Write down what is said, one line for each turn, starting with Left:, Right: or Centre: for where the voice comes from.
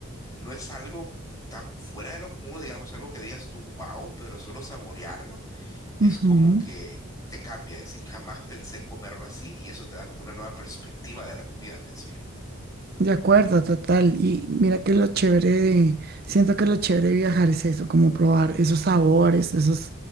Left: No es algo tan fuera de lo común, digamos, algo que digas tú, wow, pero solo saborearlo es
Right: ujú.
Left: como que te cambia. Es decir, jamás pensé comerlo así y eso te da como una nueva perspectiva de la comida, pienso yo.
Right: De acuerdo, total. Y mira que lo chévere de- siento que lo chévere de viajar es eso, como probar esos sabores, esos,